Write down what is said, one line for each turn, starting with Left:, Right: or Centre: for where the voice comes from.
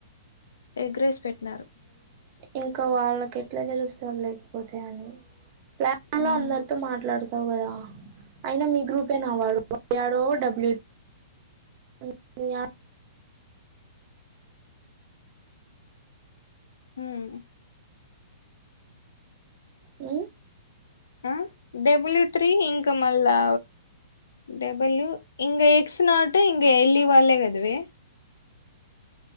Left: ఎగ్ రైస్ పెట్నారు
Right: ఇంక వాళ్ళకి ఎట్లా దెలుస్తుంది లేకపోతే అని <unintelligible>
Left: మ్మ్
Right: అందరితో మాట్లాడు డవు గదా అయినా మీ గ్రూపేనా వాడు యాడో డబ్ల్యూ <inaudible>
Left: హూమ్
Right: ఊ
Left: ఆ డబ్ల్యూ త్రీ ఇంక మల్లా డబల్యూ ఇంగ ఎక్స్ నాటు ఇంగ ఎల్ఈ వాళ్ళే గద వే